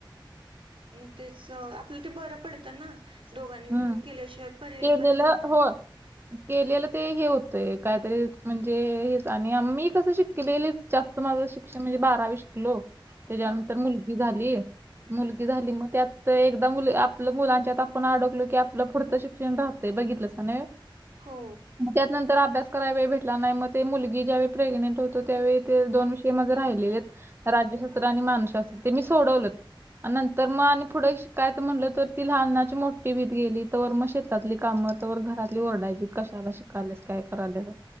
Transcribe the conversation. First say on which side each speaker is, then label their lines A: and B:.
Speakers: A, on the right; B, on the right.
A: हम्म तेच आपलं ते बरं पडतं ना दोघांनी मिळून
B: हम्म
A: केल्याशिवाय पर्याय
B: केलेलं
A: पण नाही आता.
B: होय केलेलं ते हे होतय कायतरी म्हणजे हेच आणि आम्ही कसं शिक केले जास्त माझं शिक्षण म्हणजे बारावी शिकलो. त्याच्यानंतर
A: हा
B: मुल निघाली मुलगी झाली मग त्यात एकदम मुलं आपल्या मुलांच्या आपणं अडक की आपलं पुढचं शिक्षण राहतय बघितलास ने.
A: हो.
B: त्यात नंतर अभ्यास कराय वेळ भेटला नाही मग ते मुलगी ज्यावेळी प्रेग्नेंट होतो त्यावेळी ते दोन विषय माझे राहिलेले राज्यशास्त्र आणि मानूसशास्त्र ते मी सोडवलं. आणि नंतर म आणि पुढे ही शिकायच म्हटलं तर ती लहनाची मो टीव्हीत गेली तो वर म शेतातली कामं तो वर घरातली ओरडायची कशाला शिकालेस काय करालेस.